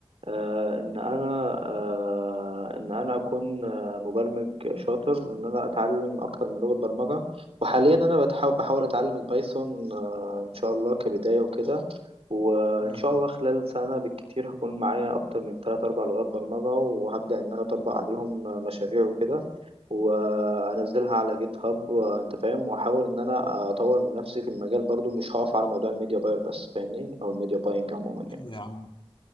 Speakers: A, on the right; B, on the left.
A: آه، ان انا آه، ان انا اكون آه، مبرمج شاطر ان انا اتعلم اكتر من لغة برمجة وحاليا انا بتحاول بحاول اتعلم البايثون آه، ان شاء الله كبداية وكده وان
B: مم.
A: شاء الله خلال سنة بالكتير هكون معايا اكتر من 3 4 لغات برمجة وهبدأ ان انا اطبق عليهم آه، مشاريع وكده وانزلها على جيت هاب وانت فاهم واحاول ان انا اطور من نفسي في المجال برضو مش هقف على موضوع الميديا باير بس فاهمني او الميديا باينج عموما يعني
B: حلو يا عم